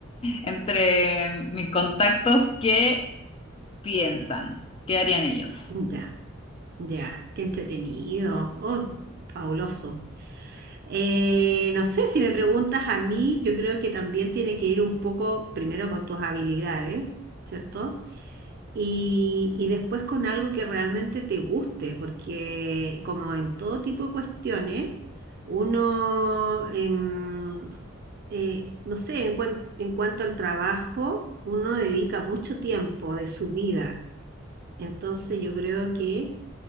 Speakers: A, on the left; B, on the right.
A: entre mis contactos qué piensan, qué harían ellos.
B: ya, ya, qué entretenido, oh, fabuloso. Eh, no sé, si me preguntas a mí, yo creo que también tiene que ir un poco primero con tus habilidades, ¿cierto? Y, y después con algo que realmente te guste, porque como en todo tipo de cuestiones, uno, em, eh, no sé, en, cuan- en cuanto al trabajo, uno dedica mucho tiempo de su vida. Entonces yo creo que